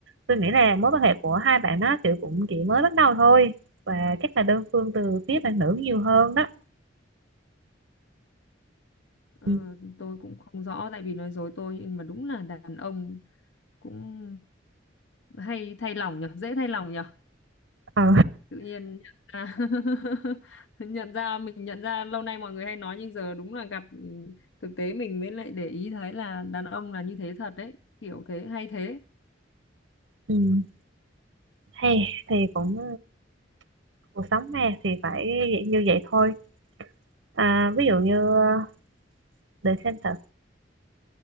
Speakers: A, on the right; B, on the left.
A: tôi nghĩ là mối quan hệ của hai bạn nó kiểu cũng chỉ mới bắt đầu thôi và chắc là đơn phương từ phía bạn nữ nhiều hơn đó
B: ờ,
A: ừ.
B: tôi cũng không rõ tại vì nói dối tôi nhưng mà đúng là đàn ông cũng hay thay lòng nhở dễ thay lòng nhở
A: ờ
B: tự nhiên nhận ra <laughs> nhận ra mình nhận ra lâu nay mọi người hay nói nhưng giờ đúng là gặp ừ, thực tế mình mới lại để ý thấy là đàn ông là như thế thật đấy kiểu thế hay thế
A: <laughs> ừ. hay thì cũng cuộc sống mà thì phải như vậy thôi à, ví dụ như ờ, để xem thử